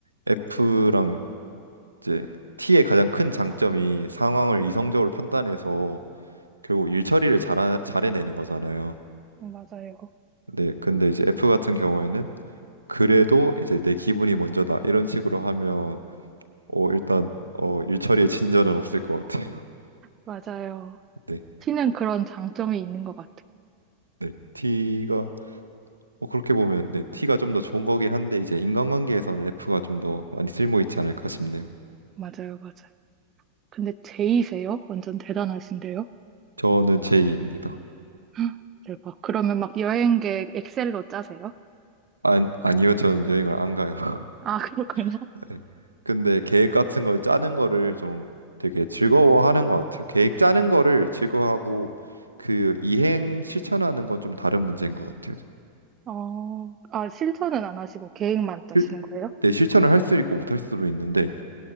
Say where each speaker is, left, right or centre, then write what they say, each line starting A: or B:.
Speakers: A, on the right; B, on the right.
A: F랑 이제 T의 가장 큰 장점이 상황을 이성적으로 판단해서 결국 일 처리를 잘, 잘해내는 거잖아요.
B: 어, 맞아요.
A: 네, 근데 이제 F 같은 경우에는 그래도 이제 내 기분이 먼저다 이런 식으로 하면 어, 일단 어, 일처리에 친절은 없을 것 같아요.
B: 맞아요.
A: <laughs> 네.
B: 티는 그런 장점이 있는 것 같아요.
A: 네. T가 어, 그렇게 보면 네, T가 좀 더 좋은 거긴 한데 이제 인간관계에서는 F가 좀 더 많이 쓸모 있지 않을까 싶네요.
B: 맞아요, 맞아요. 근데 제이세요? 완전 대단하신데요?
A: 저는 J입니다.
B: <gasps> 헉, 대박. 그러면 막 여행 계획 엑셀로 짜세요?
A: 안, 아니요. 저는 여행을 안 가요. <laughs>
B: 아, <laughs> 그렇구나.
A: 네. 근데 계획 같은 걸 짜는 거를 좀 되게 즐거워하는 것 같아요. 계획 짜는 거를 즐거워하고 그 이행 실천하는 건 좀 다른 문제인 것 같아요.
B: 어, 아, 실천은 안 하시고 계획만 짜시는
A: 실,
B: 거예요?
A: 네, 실천을 할 수 있고 못할 수도 있는데